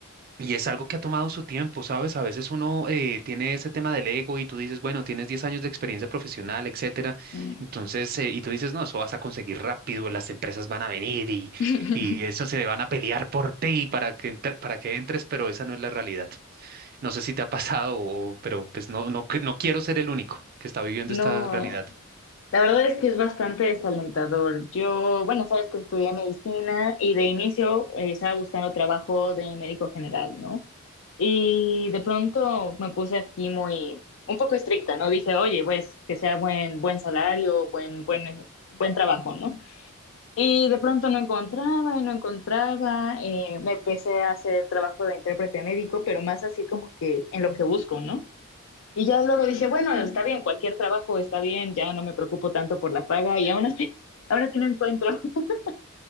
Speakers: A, on the right; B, on the left.
A: y es algo que ha tomado su tiempo, ¿sabes? A veces uno eh, tiene ese tema del ego y tú dices, bueno, tienes 10 años de experiencia profesional, etcétera.
B: Mm.
A: Entonces, eh, y tú dices, no, eso vas a conseguir rápido, las empresas van a venir y,
B: <laughs>
A: y eso se van a pelear por ti para que entre- para que entres, pero esa no es la realidad. No sé si te ha pasado, o- pero pues no, no, que- no quiero ser el único que está viviendo
B: No,
A: esta realidad.
B: la verdad es que es bastante desalentador. Yo, bueno, sabes que estudié medicina y de inicio eh, estaba buscando trabajo de médico general, ¿no? Y de pronto me puse aquí muy, un poco estricta, ¿no? Dije, oye, pues, que sea buen, buen salario, buen, buen, buen trabajo, ¿no? Y de pronto no encontraba y no encontraba. eh, me empecé a hacer trabajo de intérprete médico, pero más así como que en lo que busco, ¿no? Y ya luego dije, bueno, está bien, cualquier trabajo está bien, ya no me preocupo tanto por la paga y aún así, ahora sí no encuentro. <laughs>